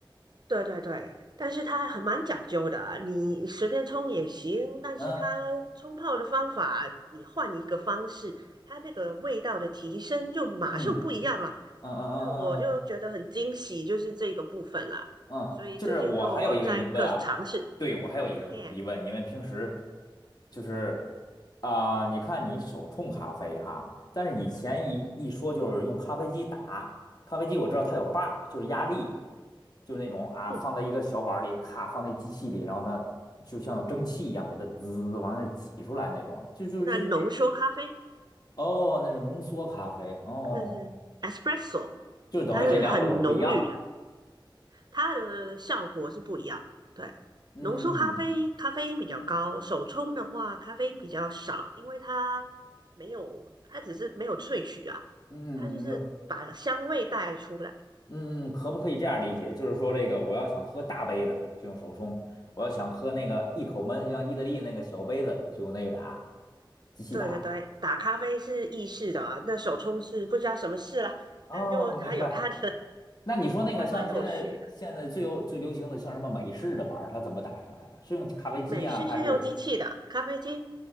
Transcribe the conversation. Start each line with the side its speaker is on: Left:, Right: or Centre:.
Right: 对对对，但是它很蛮讲究的啊你随便冲也行，但是它冲泡的方法，
Left: 嗯
Right: 你换一个方式，它那个味道的提升就马上不一样了。
Left: 嗯嗯嗯嗯嗯嗯，
Right: 那我就觉得很惊喜，就是这个部分啦。
Left: 嗯，
Right: 所以最近就在各种尝试。
Left: 就是我还有一个疑问啊，对，我还有一个疑问，
Right: 嘿，
Left: 因为平时就是啊、你看你手冲咖啡哈，但是以前一一说就是用咖啡机打，咖啡机我知道它有把儿，就是压力，就是那种啊放在一个小碗儿里，
Right: 嗯，
Left: 咔放在机器里，然后它就像有蒸汽一样给它滋滋滋往那挤出来那种，就就是这
Right: 那浓缩咖啡
Left: 哦，那是浓缩咖啡哦，
Right: 那是 espresso，
Left: 就是等于这两种是不一样，
Right: 它是很浓郁的，它的效果是不一样。对，
Left: 嗯
Right: 浓缩咖啡咖啡因比较高，手冲的话咖啡因比较少，因为它没有，它只是没有萃取啊，
Left: 嗯，
Right: 它就是把香味带出来。
Left: 嗯，可不可以这样理解？
Right: 嗯，
Left: 就是说，这个我要想喝大杯的，就用手冲；我要想喝那个一口闷，就像意大利那个小杯子的就用那个打，机器打。
Right: 对对对，打咖啡是意式的啊那手冲是不知道什么事啦，
Left: 哦，
Right: 但就它有它的，
Left: 明白。那你说那个像现在现在最有最流行的，
Right: 还蛮有趣的。
Left: 像什么美式的玩意儿，它怎么打出来的？是用咖啡机啊，
Right: 美式是用机器的啊咖啡机。
Left: 还是